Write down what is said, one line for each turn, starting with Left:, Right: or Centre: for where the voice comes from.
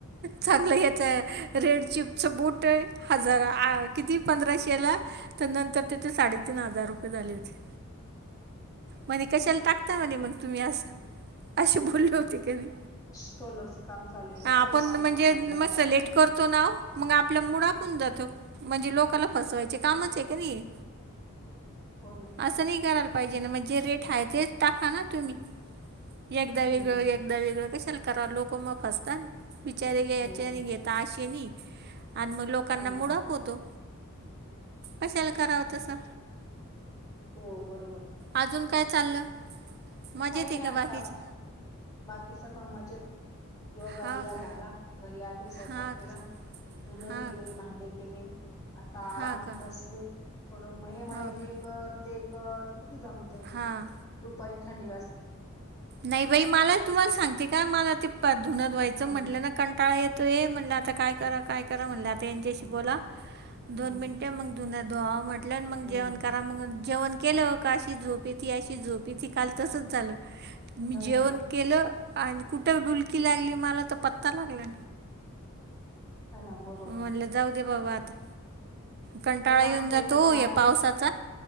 Right: चांगलं हेच रेड चिपच बुट आहे हजार आ किती पंधराशेला त नंतर तिथ साडेतीन हजार रुपये झाले होते. म्हणे कशाला टाकता म्हणे मंग तुम्ही आसं? आशे बोलले होते. कमी
Left: सोलरचं काम चालू आहे ना
Right: आपण
Left: ते पाईप
Right: म्हणजे
Left: आणले
Right: मस्त
Left: दनादना
Right: लेट करतो ना ओ मंग आपल मुड ऑफ
Left: हा
Right: हून जातो, म्हणजे लोकाला फसवायचे कामच आहे का नाही?
Left: हो ना.
Right: आसं नाही करायला पाहिजे ना म जे रेट हाय तेच टाका ना तुम्ही, एकदा
Left: हम्म
Right: वेगळं एकदा वेगळं कशाला करा लोक म फसतान बिचारे यायचे
Left: हो
Right: आणि घेत ता आशे नाही आण म लोकांना
Left: हा
Right: मुड
Left: ना
Right: ऑफ होतो. कशाला करावं तसं?
Left: हो बरोबर आहे
Right: अजून काय चाललं? मजेत
Left: काही
Right: हे
Left: नाही
Right: का
Left: आता
Right: बाकीचे?
Left: बाकी सगळं मजेत, योगा
Right: हा
Left: बिगा
Right: का
Left: झाला, घरी आले स्वयपाक
Right: हा का
Left: केला, धुन
Right: हा
Left: गेले,
Right: का?
Left: भांडे केले, आता आराम
Right: हा का
Left: बसले. थोडं म हे म्हणे
Right: हो
Left: हे
Right: का
Left: कर ते कर कुठं जमतय.
Right: हां
Left: दुपारी थंडी वाजती.
Right: नाही बाई मला तुम्हाला सांगते का मला ते धुन धुवायच
Left: हम्म
Right: म्हटलं ना कंटाळा ये तो ये म्हणलं आता काय करा? काय करा? म्हणलं आता यांच्याशी
Left: हम्म
Right: बोला दोन
Left: हम्म
Right: मिनट. मग धुण धुवाव म्हटलट मग
Left: हम्म
Right: जेवण मग जेवण केलं हो का अशी झोपे ती अशी झोपे त काल तसच झाल. मी
Left: हो
Right: जेवण
Left: ना
Right: केलं आणि कुठं डुलकी लागली मला तर पत्ता लागला.
Left: हो ना बरोबर
Right: म्हटलं जाऊ दे बाबा आता. कंटाळा
Left: नाही आमच्या
Right: येऊन जातो
Left: इथे
Right: या
Left: आले
Right: पावसाचा